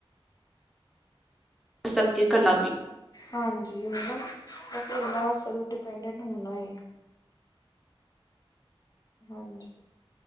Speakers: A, in the centre; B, on the left (about 40°).
A: ਸਕੀਏ ਕਲਾ ਵੀ
B: ਹਾਂਜੀ ਓ ਨਾ ਬਸ ਐਨਾ ਸੇਲਫ਼ ਦੀਪੇਂਡੇਟ ਹੋਣਾ ਐ ਹਾਂਜੀ।